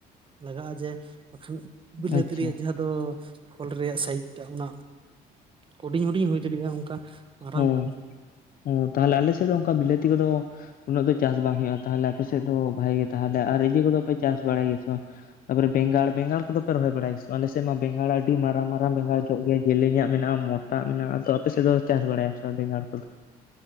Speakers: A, on the right; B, on the left.
A: ᱞᱟᱜᱟᱜ-ᱟ ᱡᱮ ᱵᱟᱠᱷᱟᱱ ᱵᱤᱞᱟᱹᱛᱤ
B: ᱟᱪᱪᱷᱟ
A: ᱨᱮᱭᱟᱜ ᱡᱟᱦᱟᱸᱼᱼ ᱫᱚ ᱯᱷᱚᱞ ᱨᱮᱭᱟᱜ ᱥᱟᱭᱤᱡᱽ ᱴᱟᱜ ᱚᱱᱟ ᱦᱩᱰᱤᱝ ᱦᱩᱰᱤᱧ ᱦᱩᱭ ᱫᱟᱹᱲᱤᱜᱼᱟ ᱚᱱᱠᱟ᱾ ᱢᱟᱨᱟᱝ
B: ᱦᱩᱸ
A: ᱵᱟᱝ ᱦᱩᱭ
B: ᱦᱩᱸ ᱛᱟᱦᱚᱞᱮ ᱟᱞᱮ ᱥᱮᱜ ᱫᱚ ᱚᱱᱠᱟ ᱵᱤᱞᱟᱹᱛᱤ ᱠᱚᱫᱚ ᱩᱱᱟᱹᱜ ᱫᱚ ᱪᱟᱥ ᱵᱟᱝ ᱦᱩᱭᱩᱜ-ᱟ᱾ ᱛᱟᱦᱚᱞᱮ ᱟᱯᱮ ᱥᱮᱜ ᱫᱚ ᱵᱷᱟᱜᱮ ᱜᱮ ᱛᱟᱦᱚᱞᱮ ᱟᱨ ᱤᱭᱟᱹ ᱠᱚᱫᱚ ᱯᱮ ᱪᱟᱥ ᱵᱟᱲᱟᱭ ᱜᱮᱭᱟ ᱥᱮ ᱵᱟ? ᱛᱟᱯᱚᱨᱮ ᱵᱮᱸᱜᱟᱲ ᱵᱮᱝᱜᱟᱲ ᱠᱚᱫᱚ ᱯᱮ ᱨᱚᱦᱚᱭ ᱵᱟᱲᱟᱭᱟ ᱥᱮ ᱵᱟᱝ ᱟᱞᱮ ᱥᱮᱜ ᱢᱟ ᱵᱮᱸᱜᱟᱲ ᱟᱹᱰᱤ ᱢᱟᱨᱟᱝ ᱢᱟᱨᱟᱝ ᱵᱮᱸᱜᱟᱲ ᱡᱚᱜ ᱜᱮᱭᱟ ᱡᱮᱞᱮᱧᱟᱜ ᱢᱮᱱᱟᱜ-ᱟ, ᱢᱚᱴᱟ ᱟᱜ ᱢᱮᱱᱟᱜ-ᱟ, ᱟᱫᱚ ᱟᱯᱮ ᱥᱮᱜ ᱫᱚ ᱪᱟᱥ ᱵᱟᱲᱟᱭᱟ ᱯᱮ ᱥᱮ ᱵᱟᱝ ᱵᱮᱸᱜᱟᱲ ᱠᱚᱫᱚ?